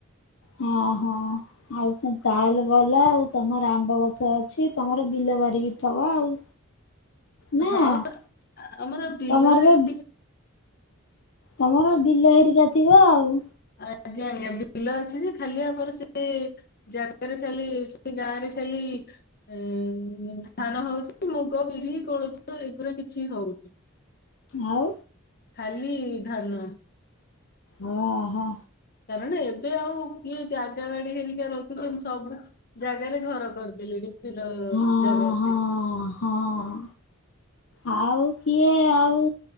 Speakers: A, on the left; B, on the left.
A: ହଁ, ହଁ ଆଉ ତାହେଲେ ଭଲ ଆଉ, ତମର ଆମ୍ବଗ ଛା ଅଛି ତମର ବିଲ ବାର ବି ଥିବ ଆଉ। ନା?
B: ହଁ ଆମର ବିଲ
A: ତମର
B: ବାରି
A: ବା ତମର ବିଲ ହେରିକା ଥିବ ଆଉ।
B: ଆଜ୍ଞା ଆଜ୍ଞା, ବିଲ ଅଛି ଯେ, ଖାଲି ଆମର ସେ ଜାଗାରେ ଖାଲି, ସେ ଗାଁ ରେ ଖାଲି ଏଁ ଧାନ ହଉଛି ମୁଗ, ବିରି, କୋଳଥ ଏଗୁରା କିଛି ହଉନି।
A: ଆଉ,
B: ଖାଲି ଧାନ
A: ହଁ ହଁ
B: କାରଣ ଏବେ ଆଉ କିଏ ଜାଗା ବାଡି ହେରିକା ରଖୁଛନ୍ତି ସବୁ ଜାଗାରେ ଘର କରି ଦେଲେଣି <inaudible>
A: ହଁ
B: ଜାଗାରେ
A: ହଁ ହଁ ଆଉ କିଏ ଆଉ